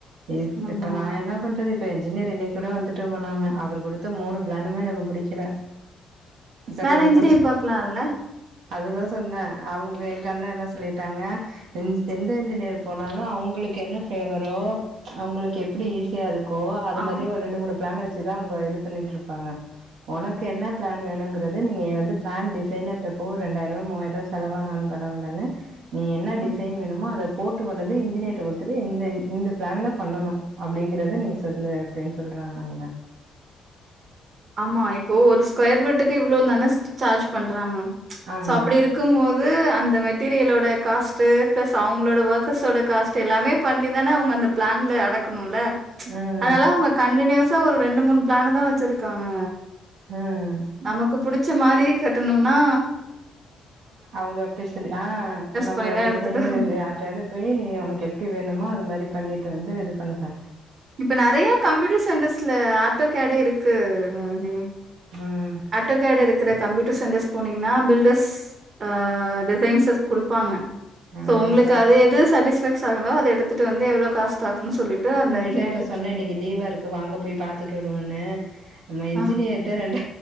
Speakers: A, on the right; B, on the right.
A: இப்
B: ஆமா.
A: இப்ப நா என்ன பண்றது இப்ப இன்ஜினியர் இன் இப்பறா வந்துட்டு போனாங்க அவர் குடுத்த மூணு பிளானுமே எனக்கு புடிக்கல சார்
B: வேற
A: நீங்க
B: இன்ஜினியர்
A: குடுத்த
B: பாக்கலால்ல
A: அதுதா சொன்னே அவுங்க எங்க அண்ணா என்ன சொல்லிட்டாங்க இன் எந்த இ்ன்ஜினியர் போனாலு அவுங்களுக்கு என்ன ஃபேவரோ அவுங்களுக்கு எப்பிடி ஈஸியா இருக் கோ அது
B: ஆம்
A: மாரி ஒரு ரெண்டு மூனு பிளான் வச் த்தா உங்க இது பண்ணிட்டு இருப்பாங்க உனக் க்கு என்ன பிளான் வேணுங்கிறது நீங்க வந்து பிளான் டிசைனர்ட்டபோ ரெண்டாயிரூவா மூவாயிரரூவா செலவானாலு பரவால்லனு நீ என்ன டிசைன்
B: ம்.
A: வேணுமோ அதப் போட்டு வலது இன்ஜினியர்ட்ட குடுத்துட்டு இந்த இந்த பிளான்ல பண்ணணு அப்பிடிங்கறத நீ சொல்லு அப்பிடின் சொல்றாங்க அவுங்க
B: ஆமா இப்போ ஒரு ஸ்கொயர் பிட்டுக்கு இவ்வளோ தான சார்ஜ் பண்றாங்க
A: ஆமா
B: சோ அப்பிடி இருக்கு போது இந்த மெட்டீரியலோட காஸ்ட்டு ப்ளஸ் அவங்களோட ஒர்க்கர்ஸோட காஸ்ட்டு எல்லாமே பண்ணி தான அவுங்க அந்த பிளான்ல அடக்கணுல்ல
A: ம்
B: அதனால அவுங்க கண்டினியுஸ் த்தா ஒரு ரெண்டு பிளானுதா வச்சிருக் க்காங்க
A: ம்
B: நமக்கு புடிச்ச மாரி கட்டணுன்னா
A: அவுங்க அப்பிடி சொல்லி ஆ நம்ம
B: பண்ணிதா
A: டிசைனர்
B: எடுத்துட்டு வரணு
A: யார்டியாது போய் நீ உனக்கு எப்பிடி வேணுமோ அது மாரி பண்ணிட்டு வந்து இது பண்ணுக
B: இப்ப நெறைய கம்ப்யூட்டர் சன்டர்ஸ்ல ஆட்டோ கேடை இருக்கு <unintelligible>
A: ம்
B: ஆட்டோகேடு இருக்கிற கம்ப்யூட்டர் சென்டஸ் போனீங்கன்னா பில்டர்ஸ் ஆ டிசைன்ஸர் குடுப்பாங்க
A: ம்
B: சோ உங்களுக்கு
A: அதா
B: அது எது சேட்டிஸ்பை சானமோ அத எடுத்துட்டு வந்து எவ்ளோ காஸ் பாக்கனு சொல்லிட்டு அந்த இன்ஜினியர்ட்ட
A: ட்ட இப்ப சொன்னே இன்னைக்கு லீவா இருக்கு வாங்க போய் பாத்துட்டு வருவோன்னு நா இன்ஜினியர்ட்ட
B: ஆ
A: ரெண்டு